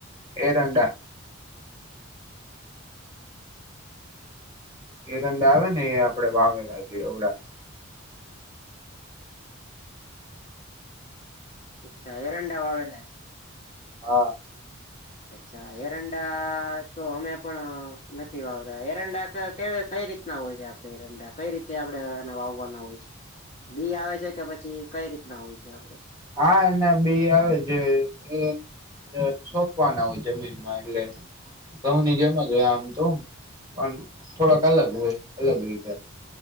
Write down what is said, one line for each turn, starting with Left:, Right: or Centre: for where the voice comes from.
Right: એરંડા. એરંડા આવે ને એ આપડે વાવેલા છેએ એવડા.
Left: અચ્છા એરંડા વાવેલા છે.
Right: હા.
Left: અચ્છા એરંડા તો અમે પણ નથી વાવતા એરંડા કે કે કઈ રીત. ના હોય છે આપણે એરંડા કઈ રીતે આપડે એને વાવવાના હોય છે. બી આવે છે કે પછી કઈ રીતના હોય છે આપડે
Right: હા એના બી આવે છે કે. એ છોપવાના હોય જમીનમાં એટલે. ઘઉ ની જેમ જ હોય આમ તો પણ થોડાક અલગ હોય અલગ રીતે